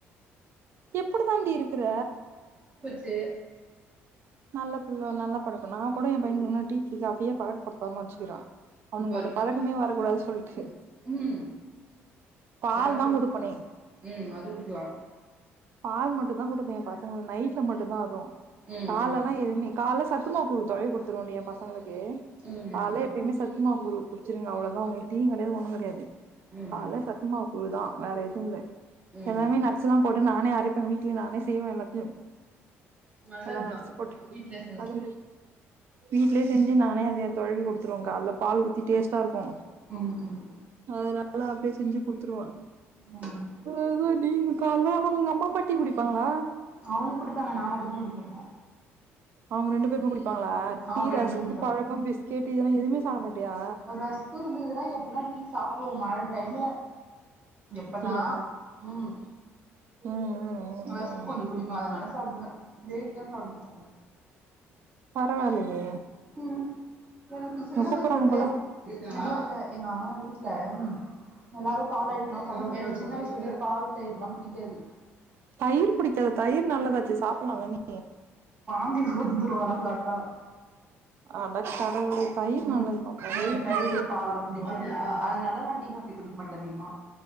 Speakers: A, on the right; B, on the right.
A: எப்டி தாண்டி இருக் க்கிற
B: சு
A: நல்ல பிள்ள நல்லா பழக்கோ நா கூட எ பையன டி காஃபியே பழக்கப்படுத்தாம வச்சுக்கிறே அவனுங்க
B: இப்ப வரைக்கு
A: அந்த பழக்கமே வரக்கூடாது சொ <unintelligible>
B: ம்
A: பால்
B: அதெல்லா
A: தா
B: குடி
A: குடுப்பனே
B: ம் அது குடிக்கலா
A: பால் மட்டு தா கொடுப்பே எ பசங் உ நைட்ல மட்டுதா அது
B: ம்
A: பாலல
B: ம்
A: எதுமே காலஸ் சத்துமாவு குழு <unintelligible> குடுத்துற எ பசங்களுக்கு யே
B: ம் ம்
A: கால்ல எப்பயுமே சத் துமாவு கூழ் குடிச்சிருங்க அவ்ளதா உங்களுக்கு டியு கடையாது ஒன்னு கடையாது
B: ம் ம்
A: கால சத்துமாவு கூழ் தா வேற எதுவு இல்ல
B: ம்
A: எல்லாமே
B: ம்
A: நட்ஸ்லா போட்டு நானே அரப்பே இப்ப வீட்ல நானே செய்வே எல்லாத்தையு
B: நல்லதுதா
A: எல்லா நட்ஸ் போட்டு
B: வீட்லயே செஞ்சா
A: அது வீட்லயே செஞ்சு நானே அதே தொழவி கொடுத்துருவோ கால்ல பால் ஊத்தி டேஸ்டா இருக்கு
B: ம் ம்
A: ஆதுல அதெல்லா அப்டியே செஞ்சு குடுத்துருவ
B: ம்
A: <unintelligible> காலையில <unintelligible> உங்க அம்மா அப்பா டீ குடிப்பாங்களா
B: அவங்க குடிப்பாங்க நா மட்டு நா குடுக்க மாட்டே
A: அவங்க ரெண்டு பேருமே குடிப்பாங்களா
B: அவங்க
A: டீ
B: ரெண்டு
A: ரஸ்க்கு
B: பேரு குடிப்பாங்க
A: பழக்கோ பிஸ்கெட் இதெல்லா எதுவுமே சாப்ட மாட்டியா
B: ஒரு ரஸ்க் இருந்துதுனா எப்பனா டீ சாப் ப்போ மழ டைம்ல எப்பன்னா
A: அப்டியா
B: ம்
A: ம் ம் ம்
B: ரஸ்
A: ம்
B: க்கு கொஞ்ச புடிக்கு அதனால சாப்டுவ டெய்லிலா சாப்ட மாட்டாங்க
A: பரவால்லயே
B: ம் எனக்கு சின்ன
A: உன்ன கூப்புறாங்க
B: வயசுல இருந்தே
A: போல
B: இல்ல எங்க அம்மா வீட் ல எல்லாரு பால் ஐட்டல்லா சாப்டுவாங் எனக்கு சின்ன வயசுலருந்தே பால் தயிர்லா புடிக்காது
A: தயிர் புடிக்காதா தயிர் நல்லதாச்சே சாப்பட்லால்ல நீ
B: ந்தி வந்துரு அதல்லா சாப்ட்டா
A: அட கடவுளே தயிர்
B: ம்
A: நல்லது பாப்பா
B: எனக்கு
A: வெயிலுக்கு
B: தயிரு பால்லா புடிக்காது அதனால நா டீ காஃபி குடிக்க மாட்டே அதிகமா